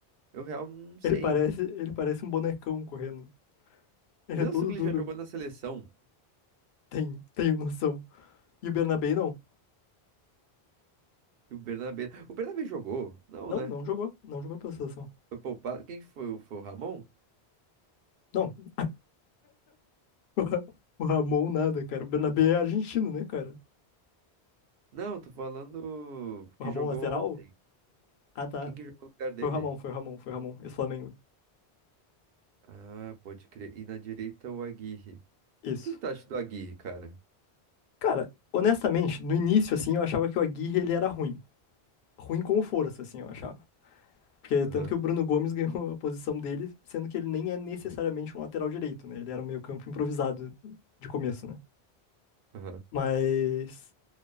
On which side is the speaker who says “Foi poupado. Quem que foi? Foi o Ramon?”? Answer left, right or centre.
Right